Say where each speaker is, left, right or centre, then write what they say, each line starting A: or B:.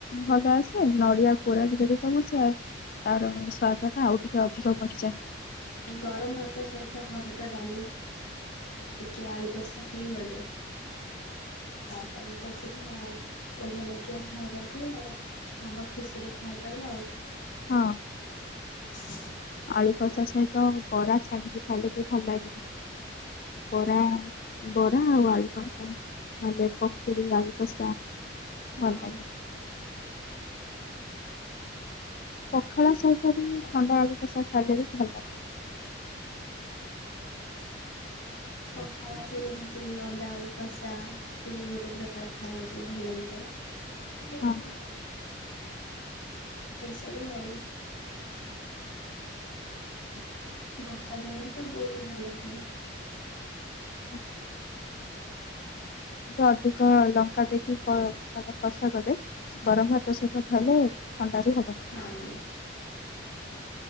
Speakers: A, on the left; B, on the left.
A: ଭଲ ଆସେ ନଡିଆ କୋରା ବି ଯଦି ସବୁ ସ ତାର ସ୍ଵାଦ ଟା ଆଉ ଟିକେ ଅଧିକ ବଢିଯାଏ।
B: ଗରମ ଭାତ ସହିତ ହରଟ ଡାଲି। ଆଉ ଟିକେ ଆଳୁ କଷା ହେଇଗଲେ।
A: <inaudible>
B: ତାପରେ ତ ପୁରା ବଢ଼ିଆ ଲାଗିବ ଖାଇବାକୁ ଆଉ ମନ ଖୁସିରେ ଖାଇଦବ। ହଉ।
A: ହଁ।
B: <inaudible>
A: ଆଳୁ କଷା ସହିତ ବରା ଛାଣିକି ଖାଇଲେ ବି ଭଲ ଲାଗେ। ବରା ବରା ଆଉ ଆଳୁ ପକୁଡ଼ି। ଭଲେ ପକୁଡ଼ି ଆଳୁ କଷା ଭଲ
B: ହଁ
A: ଲାଗେ। ପଖାଳ ସହିତ ବି ଥଣ୍ଡା ଆଳୁ କଷା ଖାଇଲେ ବି ଭଲ ଲାଗିବ। <inaudible>
B: ପଖାଳ ସହିତ ଯେମିତି ଅଣ୍ଡା ଆଳୁ କଷା ସିଏ ଏକ ପ୍ରକାର ଖାଇବାକୁ ଭଲ ଲାଗେ।
A: <inaudible>
B: <inaudible>
A: ହଁ
B: ଏସବୁ ଆଉ
A: ହୁଁ।
B: ବର୍ଷା ଦିନରେ ତ ବହୁତ ଭଲ ଲାଗେ।
A: <inaudible> ଅଧିକ ଲଙ୍କା ଦେଇକି ମାନେ କଷା କଲେ ଗରମ ଭାତ ସହିତ ଖାଇଲେ ଥଣ୍ଡା ବି ହବ।
B: ହଁ